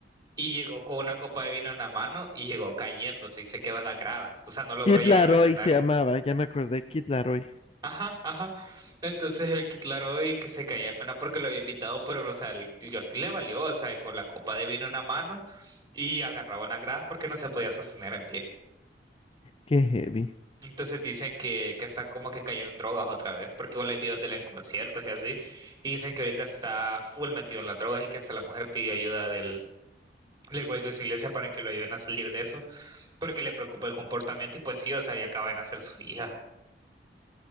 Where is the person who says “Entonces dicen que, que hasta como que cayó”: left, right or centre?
Right